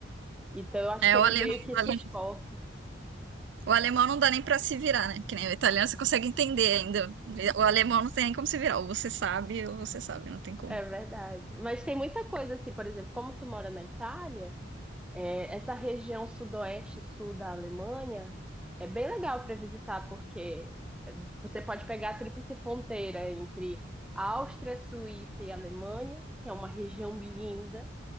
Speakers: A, in the centre; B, on the right.
A: Então, eu acho
B: É,
A: que eles
B: o, ale-
A: meio que
B: o ale-
A: se esforçam.
B: o alemão não dá nem pra se virar, né? Que nem o italiano você consegue entender ainda. O alemão não tem nem como se virar. Ou você sabe, ou você sabe, não tem como.
A: É verdade. Mas tem muita coisa assim, por exemplo, como tu mora na Itália, é, essa região sudoeste e sul da Alemanha é bem legal para visitar, porque é, você pode pegar a tríplice fronteira entre Áustria, Suíça e Alemanha, que é uma região linda.